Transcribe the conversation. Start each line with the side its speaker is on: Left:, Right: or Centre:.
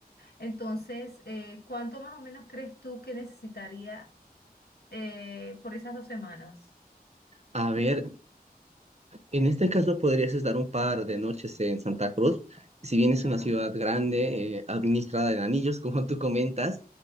Left: Entonces, eh, ¿cuánto más o menos crees tú que necesitaría eh, por esas dos semanas?
Right: A ver, en este caso podrías estar un par de noches en Santa Cruz. Si bien es
Left: Ajá.
Right: una ciudad grande, eh, administrada en anillos, <laughs> como tú comentas,